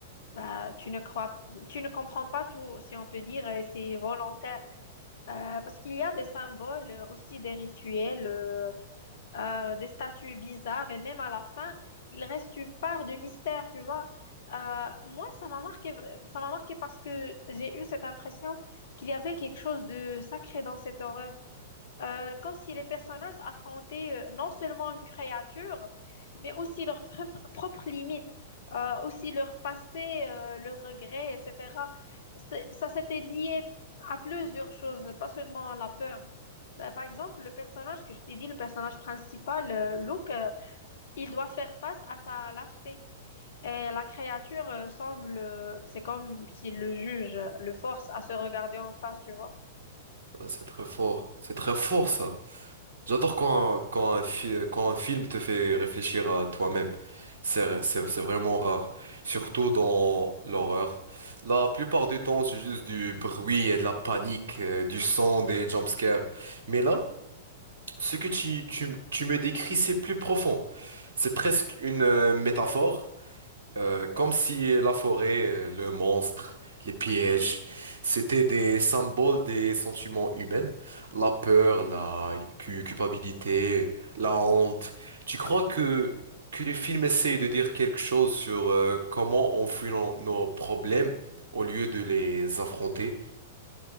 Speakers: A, on the left (about 60°); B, on the right (about 65°).
A: Bah, tu ne crois, tu ne comprends pas tout, si on peut dire, et c'est volontaire. Euh, parce qu'il y a des symboles, euh, aussi des rituels. euh, euh, des statues bizarres et même à la fin, il reste une part de mystère, tu vois. Euh, moi, ça m'a marqué, ça m'a marqué parce que j'ai eu cette impression qu'il y avait quelque chose de sacré dans cette horreur. Euh, comme si les personnages affrontaient euh, non seulement une créature, mais aussi leurs propres propres limites, euh, aussi leur passé, euh, leurs regrets, etc. C'est- Ça s'était lié à plusieurs choses, pas seulement la peur. Ben, par exemple, le personnage que je t'ai dit, le personnage principal, euh, Luke, euh, il doit faire face à sa lâcheté. Et la créature euh, semble, euh, c'est comme si le juge euh, le force à se regarder en face, tu vois.
B: Ah, C'est très fort. C'est très fort, ça. J'adore quand, un- quand, un fi- quand un film te fait réfléchir à toi-même. C'est, c'est, c'est vraiment rare. Surtout dans l'horreur. La plupart du temps, c'est juste du bruit et de la panique, euh, du sang, des jumpscares. Mais là, Ce que tu, tu, tu me décris, c'est plus profond. C'est presque une euh, métaphore, euh, comme si la forêt, euh, le monstre, les pièges, c'était des symboles des sentiments humains, la peur, la cu- culpabilité, la honte. Tu crois que, que le film essaye de dire quelque chose sur euh, comment on fuit nos nos problèmes au lieu de les affronter?